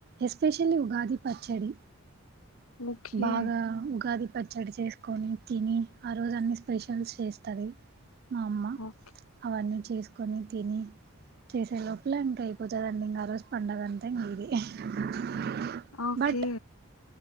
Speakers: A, on the right; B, on the left.
A: ఎస్పెషలీ ఉగాది పచ్చడి
B: ఓకే
A: బాగా ఉగాది పచ్చడి చేసుకొని తిని ఆ రోజు అన్ని స్పెషల్స్ చేస్తంది మా అమ్మ
B: ఓకే
A: అవన్నీ చేసుకొని తిని చేసే లోపల ఇంకా అయిపోతదండి ఇంకా ఆ రోజు పండగ అంటే ఇంగ ఇది <inaudible>
B: ఓకే
A: బట్